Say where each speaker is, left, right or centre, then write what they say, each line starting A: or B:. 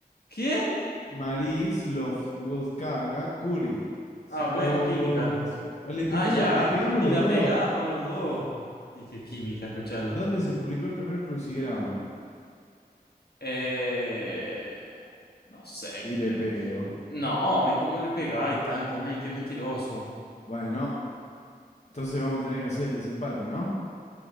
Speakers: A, on the left; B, on the left.
A: ¿Quién?
B: Marie Slowdoska Curry. Slowdoska.
A: Ah, bueno, química.
B: Le pegué,
A: Ah, ya.
B: le pegamos
A: Y
B: los
A: la
B: dos.
A: pegamos los dos. Y qué química, escucharlo.
B: ¿Dónde se publicó el primer crucigrama?
A: Eh, no sé,
B: Y
A: que te...
B: le pego.
A: No, ¿y cómo le pegáis tanto, men? Qué mentiroso.
B: Bueno, entonces vamos a tener que hacer el desempate, ¿no?